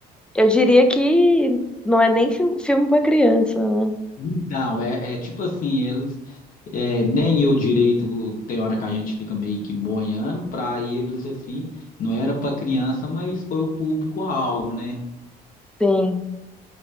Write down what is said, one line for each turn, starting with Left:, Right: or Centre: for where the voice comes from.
Centre: eu diria que não é nem fi- filme pra criança, né?
Left: Então, é, é tipo assim, eles É, nem eu direito, tem hora que a gente fica meio que boiando, para eles assim, não era para criança, mas foi o público-alvo, né?
Centre: Sim,